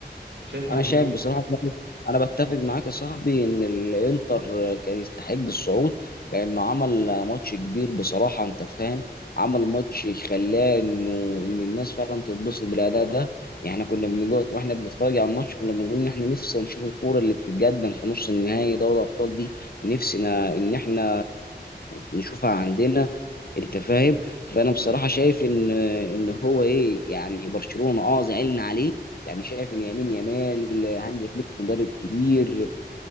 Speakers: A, on the right (about 85°); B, on the left (about 60°).
A: شايف ممكن
B: انا شايف
A: يجي
B: بصراحه يعني، انا بتفق معاك يا صاحبي ان الانتر كان يستحق الصعود لانه عمل ماتش كبير بصراحه انت فاهم عمل ماتش خلاه انه ان الناس فعلا تتبسط بالاداء ده يعني كنا بنقعد واحنا بنتفرج على الماتش كنا بنقول ان احنا نفسنا نشوف الكوره اللي بتتقدم في نص النهائي دوري الابطال دي نفسنا ان احنا نشوفها عندنا انت فاهم فانا بصراحه شايف ان ان هو ايه يعني برشلونه اه زعلنا عليه يعني شايف ان يمين يمال هانز فليك مدرب كبير